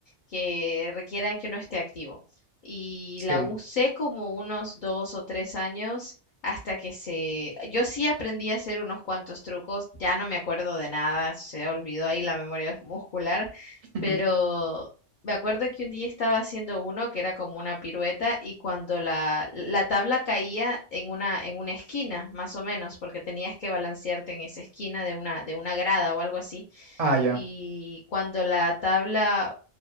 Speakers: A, on the left; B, on the right.
A: que requieran que uno esté activo. Y
B: Sí.
A: la usé como unos dos o tres años hasta que se... Yo sí aprendí a hacer unos cuantos trucos, ya no me acuerdo de nada, se olvidó ahí la memoria muscular,
B: <laughs>
A: pero me acuerdo que un día estaba haciendo uno que era como una pirueta y cuando la, la tabla caía en una, en una esquina, más o menos, porque tenías que balancearte en esa esquina de una, de una grada o algo así,
B: Ah, ya.
A: y cuando la tabla